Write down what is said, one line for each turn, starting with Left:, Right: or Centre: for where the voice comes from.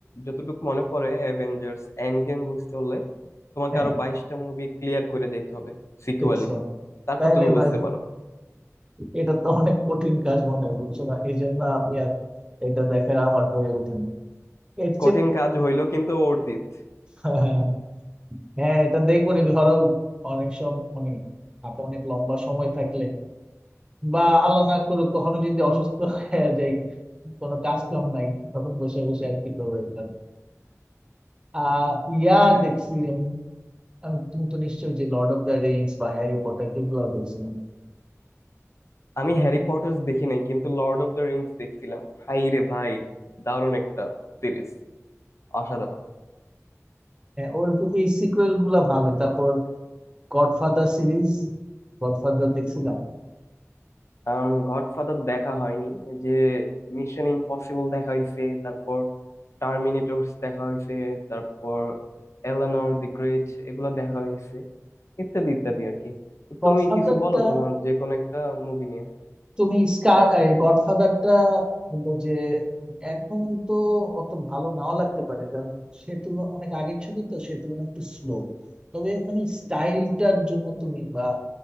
Left: যতটুকু মনে পড়ে অ্যাভেঞ্জার্স এন্ড গেম বুঝতে হলে তোমাকে
Right: হ্যাঁ
Left: আরো বাইশটা মুভি ক্লিয়ার করে যেতে হবে সিকুয়ালি
Right: দেখছো
Left: তারপর
Right: তাহলে
Left: তুমি বুঝতে
Right: ভাই
Left: পারো
Right: এটা তো অনেক কঠিন কাজ মনে হয় বুঝছো না এই জন্য আমি আর এটা দেখার আমার হয়ে ওঠেনি এর
Left: কঠিন কাজ হইলো কিন্তু অর্জিত
Right: চেয়ে হ্যাঁ এটা দেখবো নি ধরো অনেক সময় মানে হাতে অনেক লম্বা সময় থাকলে বা আল্লাহ না করুক কখনো যদি অসুস্থ <laughs> হয়ে যাই কোনো কাজ কাম নাই তখন বসে বসে আর কি করবো এগুলা দেখছি। আহ ইয়া
Left: হ্যাঁ
Right: দেখছি আমি আমি তুমি তো নিশ্চয়ই যে লর্ড অফ দ্য রিংস বা হ্যারি পটার এগুলো দেখছি না
Left: আমি হ্যারি পটার্স দেখি নাই কিন্তু লর্ড অফ দ্য রিংস দেখছিলাম হাই রে ভাই দারুণ একটা সিরিজ অসাধারণ
Right: হ্যাঁ ওরকম এই সিকুয়েল গুলা ভালোই তারপর গডফাদার সিরিজ গডফাদার দেখছিলাম
Left: আম গডফাদার দেখা হয়নি এই যে মিশন ইম্পসিবল দেখা হইছে তারপর টার্মিনেটরস দেখা হইছে তারপর এলানোর দি গ্রেট এগুলা দেখা হইছে ইত্যাদি ইত্যাদি আর কি তো
Right: গডফাদারটা
Left: তুমি কিছু বলো তোমার যে কোনো একটা মুভি নিয়ে
Right: তুমি স্কার গডফাদারটা হলো যে এখন তো অত ভালো নাও লাগতে পারে কারণ সে তুলনা অনেক আগের ছবি তো সে তুলনায় একটু স্লো তবে ওখানে স্টাইলটার জন্য তুমি বা